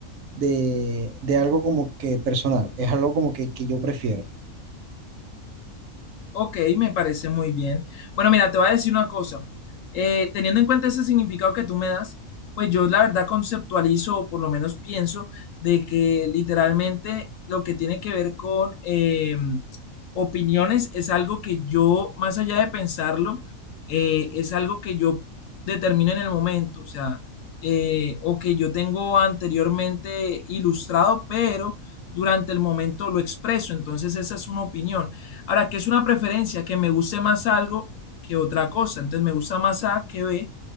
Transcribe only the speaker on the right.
de, de algo como que personal. Es algo como que, que yo prefiero.